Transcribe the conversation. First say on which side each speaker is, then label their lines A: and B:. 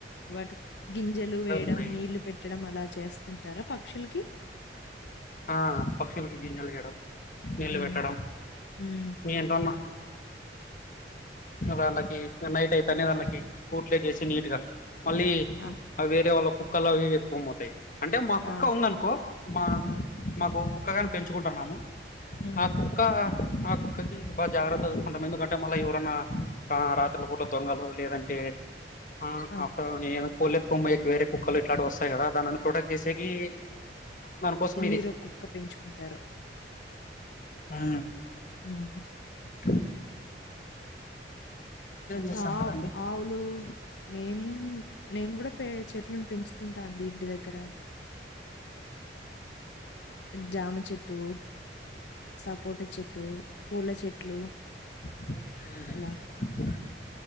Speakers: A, on the left (about 80°); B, on the left (about 45°).
A: వటి గింజలు వేయడం
B: ఉన్నాయి
A: నీళ్లు పెట్టడం అలా చేస్తుంటారా పక్షులకి
B: ఆ పక్షులకి గిన్నెలు వేయడం నీళ్ళు
A: హ్మ్.
B: పెట్టడం
A: హ్మ్.
B: నేంట ఉన్నా దాళ్ళకి నైట్ అయితేనే దాళ్ళకి కూట్లే చేేసి నీట్ గా మళ్ళీ
A: ఆ!
B: వేరే వాళ్ళ కుక్కలు అవి వెతుకొని పోతాయి అంటే మా
A: ఆ!
B: కుక్క ఉందనుకో మా
A: ఆ!
B: మాకు కుక్క కాని పెంచుకుంటున్నాము
A: హ్మ్.
B: ఆ కుక్క ఆ కుక్కకి బాగా జాగ్రత్త చసుకుంటాం ఎందుకంటే మళ్ళీ ఎవరైన్నా రాత్రిల పూటల దొంగలు లేదంటే ఆ
A: అవును.
B: ఆఫ కోల్త్ ఎత్తుకొని పో వేరే కుక్కలు ఇట్లాంటి వస్తాయి కదా దానిని ప్రొడక్ట్ చేసేకి దానికోసం
A: మీరు
B: ఇది
A: కుక్క పెంచుకుంటారు
B: హ
A: ఉహూ
B: అ చేస్తాంటారండి
A: ఆ ఆవులు మేము నేను కూడా పే చెట్లను పెంచుతుంటా అండి ఇంటి దగ్గర జామ చెట్టు సపోట చెట్టు పూల చెట్లు
B: అవునా
A: ఇలా.